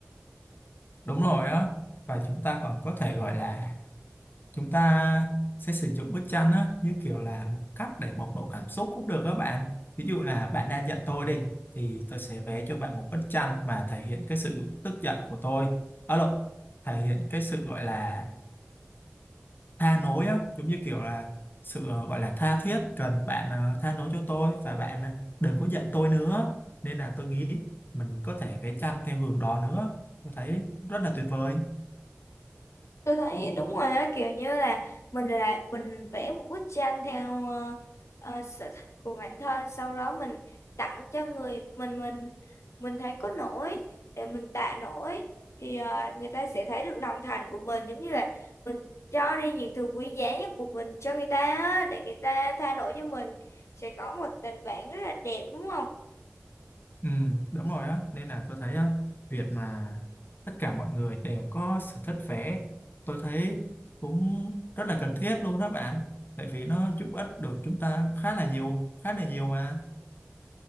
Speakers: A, on the left; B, on the left.
A: đúng rồi á và chúng ta còn có thể gọi là chúng ta sẽ sử dụng bức tranh á, như kiểu là một cách để bộc lộ cảm xúc cũng được các bạn ví dụ là bạn đang giận tôi đi thì tôi sẽ vẽ cho bạn một bức tranh mà thể hiện cái sự tức giận của tôi ở lộn thể hiện cái sự gọi là tha lỗi á giống như kiểu là sự ờ, gọi là tha thiết cần bạn ờ, tha lỗi cho tôi và bạn ờ, đừng có giận tôi nữa nên là tôi nghĩ mình có thể vẽ tranh theo hướng đó nữa tôi thấy rất là tuyệt vời
B: Tôi thấy đúng rồi á kiểu như là mình là mình vẽ một bức tranh theo ờ, ờ, sở thích của bản thân sau đó mình tặng cho người mình mình mình thấy có nổi để mình tạ nổi thì ờ, người ta sẽ thấy được lòng thành của mình giống như là mình cho đi những thứ quý giá nhất của mình cho người ta á, để người ta tha lỗi cho mình sẽ có một tình bạn rất là đẹp đúng không?
A: Ừ, đúng rồi á nên là tôi thấy á việc mà tất cả mọi người đều có sở thích vẽ tôi thấy cũng rất là cần thiết luôn đó bạn tại vì nó giúp ích được chúng ta khá là nhiều khá là nhiều mà